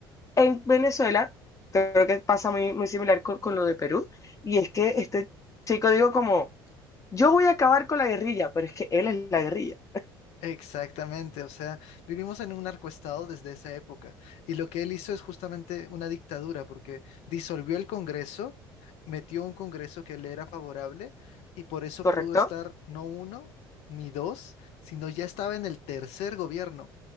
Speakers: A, on the left (about 25°); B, on the left (about 60°).
A: En Venezuela, creo que pasa muy, muy similar con, con lo de Perú, y es que este chico digo como, yo voy a acabar con la guerrilla, pero es que él es la guerrilla,
B: Exactamente, o sea, vivimos en un narcoestado desde esa época y lo que él hizo es justamente una dictadura porque disolvió el Congreso, metió un Congreso que le era favorable y por eso
A: ¿correcto?
B: pudo estar no uno ni dos, sino ya estaba en el tercer gobierno.